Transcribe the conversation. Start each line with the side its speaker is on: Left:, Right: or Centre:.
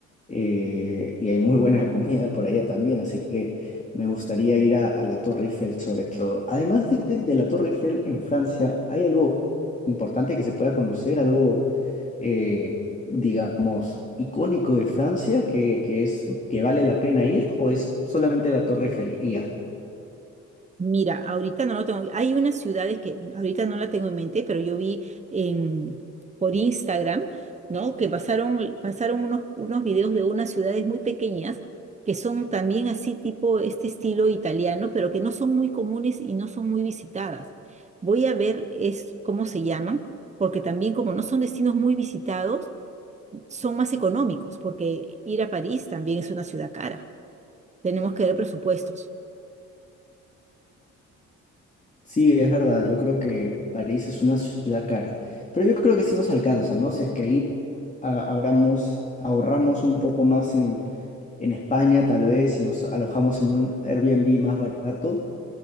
Left: eh, y hay muy buena comida por allá también, así que me gustaría ir a, a la Torre Eiffel sobre todo. Además de, de la Torre Eiffel en Francia, ¿hay algo importante que se pueda conocer, algo eh, digamos, icónico de Francia que, que es, que vale la pena ir o es solamente la Torre Eiffel? Y ya.
Right: Mira, ahorita no lo tengo. Hay unas ciudades que ahorita no la tengo en mente, pero yo vi en- por Instagram, ¿no? Que pasaron, pasaron unos, unos videos de unas ciudades muy pequeñas que son también así tipo este estilo italiano, pero que no son muy comunes y no son muy visitadas. Voy a ver es cómo se llaman, porque también como no son destinos muy visitados, son más económicos, porque ir a París también es una ciudad cara. Tenemos que ver presupuestos.
Left: Sí, es verdad, yo creo que París es una ciudad cara, pero yo creo que sí nos alcanza, ¿no? Si es que ahí a- abramos, ahorramos un poco más en, en España, tal vez, si nos alojamos en un Airbnb más barato,